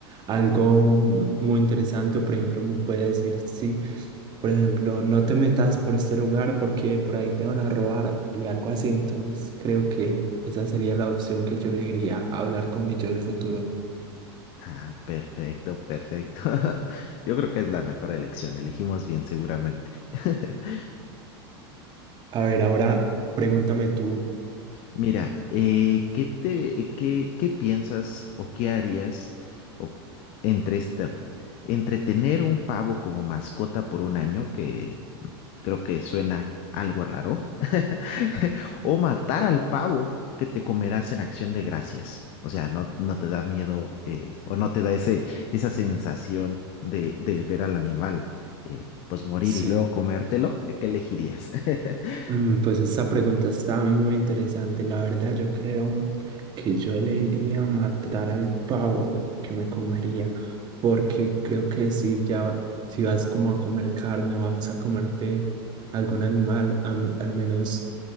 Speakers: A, on the right; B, on the left.
A: algo muy interesante o por ejemplo me puede decir, sí, por ejemplo, no te metas por este lugar porque por ahí te van a robar y algo así. Entonces creo que esa sería la opción que yo elegiría, hablar con mi yo del futuro.
B: Ah, perfecto, perfecto. <laughs> Yo creo que es la mejor elección, elegimos bien seguramente. <laughs>
A: A ver, ahora pregúntame tú.
B: Mira, eh, ¿qué te, eh, qué, qué piensas o qué harías o- entre esto? Entre tener un pavo como mascota por un año, que mm, creo que suena algo raro, <laughs> o matar al pavo que te comerás en Acción de Gracias. O sea, no, no te da miedo eh, o no te da ese, esa sensación de, de ver al animal eh, pues morir
A: Sí.
B: y luego comértelo. eh, ¿Qué elegirías? <laughs>
A: Mm, Pues esta pregunta está muy interesante. La verdad, yo creo que yo elegiría matar al pavo que me comería, porque creo que si ya, si vas como a comer carne o vas a comerte algún animal, am- al menos